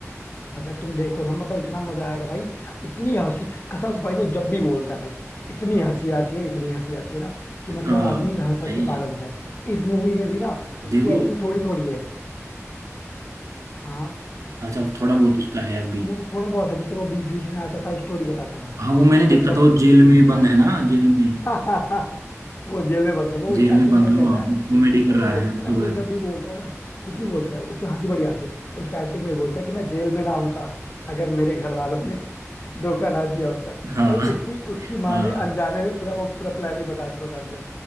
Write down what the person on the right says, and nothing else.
हाँ
भाई
देखो
अच्छा थोड़ा बहुत उसका है अभी
हाँ वो मैंने
देखा
था वो जेल में बंद है ना जेल में
जेल
में बंद
हो
अब वहां
पे कॉमेडी
कर
रहा
है अब
तो
वह
हाँ
हाँ